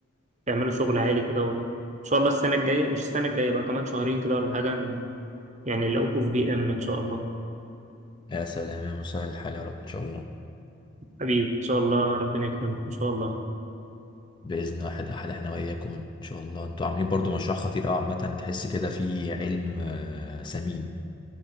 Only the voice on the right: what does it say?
وتعملوا شغل عالي كده وان شاء الله السنه الجايه مش السنه الجايه بقى كمان شهرين كده ولا حاجه ن- يعني نلاقوكم في بي ام ان شاء الله
حبيبي ان شاء الله ربنا يكرمكم ان شاء الله